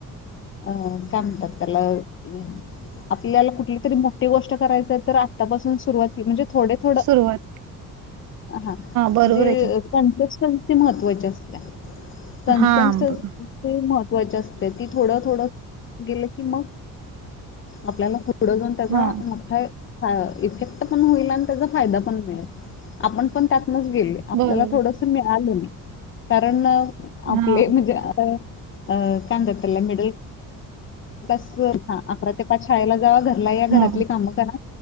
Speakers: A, on the left (about 35°); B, on the right (about 60°).
A: अ काय म्हणतात त्याला अ आपल्याला कुठली तरी मोठी गोष्ट करायच तर आत्तापासून सुरुवाती म्हणजे थोडे, थोड
B: सुरुवात
A: हा
B: बरोबर
A: म्हणजे
B: आहे की
A: कन्सेस्टन्सी महत्वाची असते कनसेटनस
B: हा बर
A: ती महत्वाची असत्या ती थोडं, थोडं गेलं की मग आपल्याला पु पुढं जाऊन त्याचा
B: हा
A: मोठ्ठा य ह इफेक्ट पण होईल आणि त्याचा फायदा पण मिळेल आपण पण त्यातनच गेलोय आपल्याला
B: बरोबर आहे
A: थोडंसं मिळालं <unintelligible> कारण आपले,
B: हा
A: म्हणजे त, अ काय म्हणतात त्याला मिडल तसं हां, अकरा ते पाच शाळेला जावा, घरला या, घरातली
B: हा
A: कामं करा.